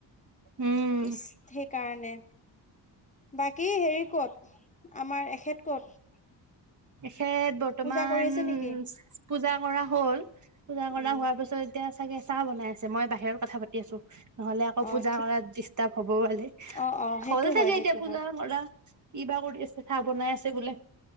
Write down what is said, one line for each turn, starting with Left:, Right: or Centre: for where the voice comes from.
Right: উমঁ।
Left: ইচ সেইকাৰণে বাকী হেৰি ক'ত আমাৰ এসেত ক'ত?
Right: এসেত বৰ্তমান
Left: পূজা কৰি আছে নেকি
Right: চি চি- পূজা কৰা হ'ল, পূজা কৰা
Left: উম
Right: হোৱাৰ পিছত এতিয়া চাগে চাহ বনাই আছে মই বাহিৰত কথা পাতি- দি আছো, নহ'লে আকৌ
Left: অ
Right: পূজা
Left: ঠিক
Right: কৰাত ডিষ্টাৰ্ব হব বালে-
Left: অ অ সেইটো
Right: হ'ল চাগে
Left: হয় সেইটো
Right: এতিয়া পুজা
Left: হয়
Right: কৰা কি বা কৰি আছে চাহ বনাই আছে বোলে।